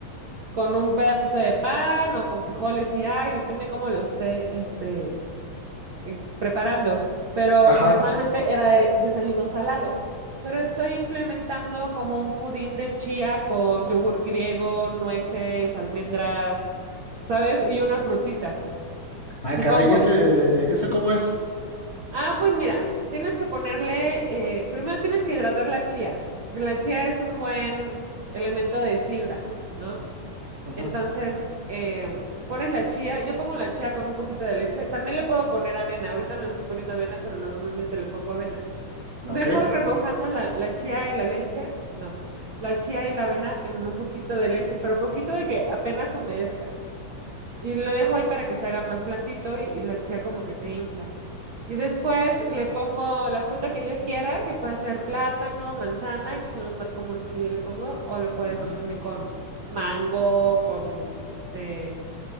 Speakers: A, on the right; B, on the left.
A: con un pedacito de pan o con frijoles si hay, depende cómo lo esté este, eh, preparando. Pero
B: Ajá.
A: normalmente era de- desayuno salado. Pero estoy implementando como un pudín de chía con yogur griego, nueces, almendras, ¿sabes? Y una frutita.
B: Ah,
A: Le
B: caray,
A: pongo como...
B: ese, ¿eso cómo es?
A: Ah, pues mira, tienes que ponerle, eh, primero tienes que hidratar la chía. La chía es un buen elemento de fibra, ¿no?
B: Ujú,
A: Entonces, eh, pones la chía, yo pongo la chía con un poquito de leche, también le puedo poner avena, ahorita no le estoy poniendo avena, pero normalmente le pongo avena. Dejo
B: Ok.
A: remojando la, la chía y la leche, no, la chía y la avena en un poquito de leche, pero poquito de que apenas humedezca. Y lo dejo ahí para que se haga más blandito y, y la chía como que se infla. Y después le pongo la fruta que yo quiera, que puede ser plátano, manzana, que son los más comunes que yo le pongo, o lo puede
B: ujú.
A: hacer también con mango, con este,